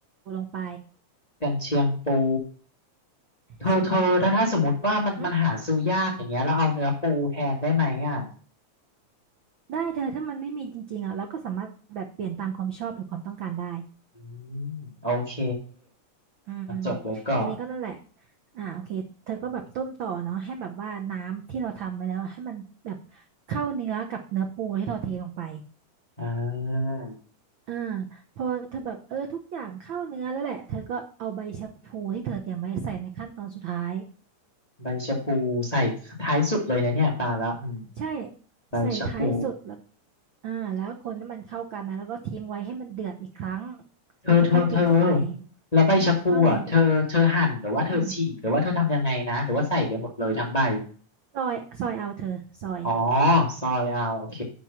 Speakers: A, on the right (about 85°); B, on the left (about 20°).
A: ลงไป
B: กันเชียงปูเธอเธอถ้าถ้าสมมติว่ามันมันหาซื้อยากอย่างเงี้ยแล้วเอาเนื้อปูแทนได้ไหมอ่ะ
A: ใช่หึได้เธอถ้ามันไม่มีจริงๆอ่ะเราก็สามารถแบบเปลี่ยนตามความชอบหรือความต้องการได้
B: อืมโอเค
A: อืม
B: มาจดไว้ก่อน
A: ทีนี้ก็นั่นแหละอ่าโอเคเธอก็แบบต้มต่อเนาะให้แบบว่าน้ำที่เราทำไว้แล้วให้มันแบบเข้าเนื้อกับเนื้อปูที่เราเทลงไป
B: อ่า
A: อ่าพอเธอแบบเออทุกอย่างเข้าเนื้อแล้วแหละเธอก็เอาใบชะพลูที่เธอเตรียมไว้ใส่ในขั้นตอนสุดท้าย
B: ใบชะพูใส่ท้ายสุดเลยนะเนี่ยปลาละอืม
A: ใช่
B: ใบชะพู
A: ใส่ท้ายสุดแล้วอ่าแล้วคนให้มันเข้ากันนะแล้วก็ทิ้งไว้ให้มันเดือดอีกครั้ง
B: เธอเธอเธอ
A: แล้วเธอค่อยปิดไฟ
B: แล้วใบชะพูอ่ะเธอเธอหั่นหรือว่าเธอฉีกหรือว่าเธอทำยังไงนะหรือว่าใส่ไปหมดเลยทั้งใบ
A: หึว่าไงอืมซอยซอยเอาเธอซอย
B: อ๋อซอยเอาโอเค